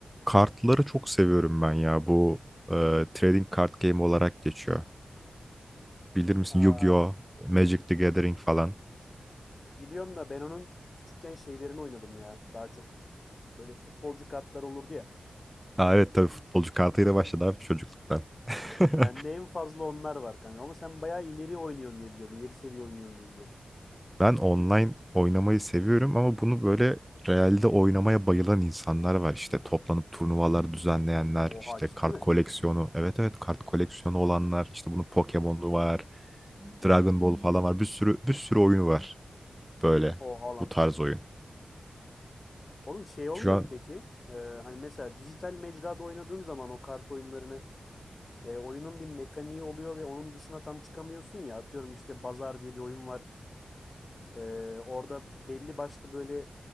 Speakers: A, in the centre; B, on the left (about 35°).
A: Kartları çok seviyorum ben ya. Bu e, trading card game olarak geçiyor. Bilir misin
B: Aa,
A: Yu-Gi-Oh, Magic the Gathering falan.
B: biliyorum da ben onun küçükken şeylerini oynadım ya daha çok. Böyle futbolcu kartlar olurdu ya.
A: Aa, evet tabii futbolcu kartıyla başladı abi çocukluktan. <laughs>
B: Bende en fazla onlar var kanka ama sen bayağı ileri oynuyorsun diye biliyorum. İleri seviye oynuyorsun diye biliyorum.
A: Ben online oynamayı seviyorum ama bunu böyle realde oynamaya bayılan insanlar var. İşte toplanıp turnuvalar düzenleyenler,
B: Oha
A: işte
B: ciddi
A: kart
B: mi?
A: koleksiyonu. Evet evet kart koleksiyonu olanlar. İşte bunun Pokemon'u var, Dragon Ball falan var. Bir sürü bir sürü oyunu var böyle
B: Oha lan.
A: bu tarz oyun.
B: Oğlum şey olmuyor
A: Şu an
B: mu peki? Ee, hani mesela dijital mecrada oynadığın zaman o kart oyunlarını e, oyunun bir mekaniği oluyor ve onun dışına tam çıkamıyorsun ya. Atıyorum işte Bazar diye bir oyun var. Ee, orada belli başlı böyle